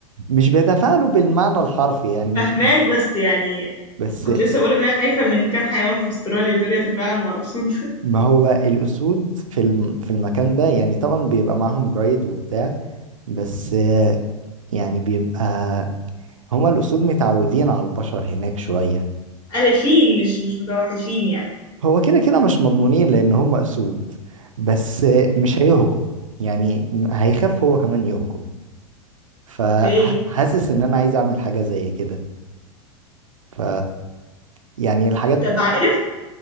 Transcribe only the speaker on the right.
بيتفاعلوا بالمعنى الحرفي يعني مش
بس
ما هو الاسود في الم... في المكان ده يعني طبعا بيبقى معاهم جايد وبتاع بس يعني بيبقى هما الاسود متعودين على البشر هناك شويه
هو كده كده مش مضمونين لان هم اسود بس مش هيهجم يعني هيخاف هو كمان يهجم فحاسس
ان انا عايز اعمل حاجة زي كده ف يعني الحاجات